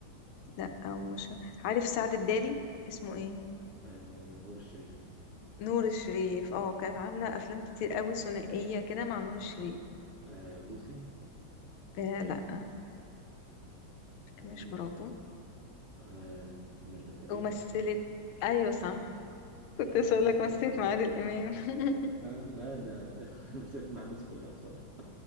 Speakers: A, on the left (about 85°); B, on the right (about 60°).
A: لا أو مش عارف سعد الدالي اسمه ايه
B: آه نور الشريف
A: نور الشريف اه كانت عاملة أفلام كتير قوي ثنائية كده مع نور الشريف
B: آه بوسي
A: آه لا
B: اسمها
A: مش
B: ايه
A: مراته
B: آه ميرفت أمين
A: ومثلت أيوة صح كنت
B: <laughs>
A: لسه أقول لك مثلت مع عادل إمام <laughs>
B: آه لا ده <laughs> مثلت مع الناس كلها بصراحة